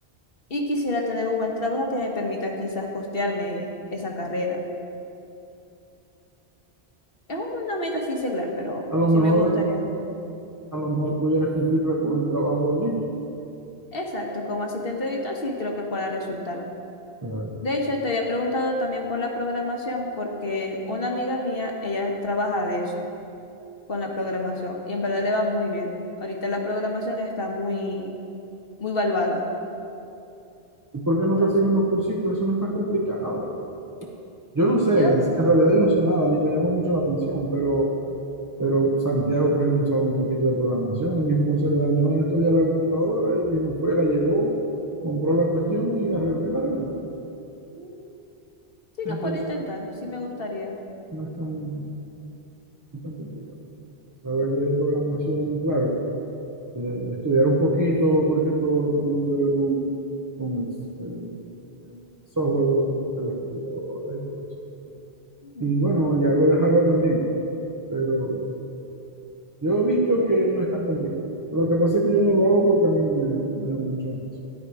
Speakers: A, on the left; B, on the right.
A: Y quisiera tener un buen trabajo que me permita quizás costearme esa carrera. Es una meta así seglar, pero
B: A lo
A: sí
B: mejor,
A: me gustaría.
B: a lo mejor pudieras cumplirla con el trabajo en línea.
A: Exacto, como asistente de editor sí creo que pueda resultar.
B: Claro.
A: De hecho, te había preguntado también por la programación, porque una amiga mía, ella trabaja de eso, con la programación, y en verdad le va muy bien. Ahorita la programación está muy, muy valuada.
B: ¿Y por qué no
A: Entonces,
B: te haces unos cursitos? Eso no es tan complicado. Yo no sé,
A: yo
B: es- en realidad yo no sé nada, ni me llama mucho la atención, pero, pero Santiago, por ejemplo, sabe un poquito de programación, él mismo se le dañó en estos días la computadora y él mismo fue, la llevó, compró la cuestión y arregló y la arregló.
A: mm, sí
B: Entonces,
A: lo puedo intentar, sí me gustaría.
B: no es tan, no tan complicado. Saber de programación, claro, eh, estudiar un poquito más que todo lo que tiene que ver con, con el, el- el software del- de las computadoras y todo eso.
A: Ujú.
B: Y bueno, y algo de hardware también, pero yo he visto que no es tan complicado. Lo que pasa es que yo no lo hago porque a mí no me, no me llama mucho la atención.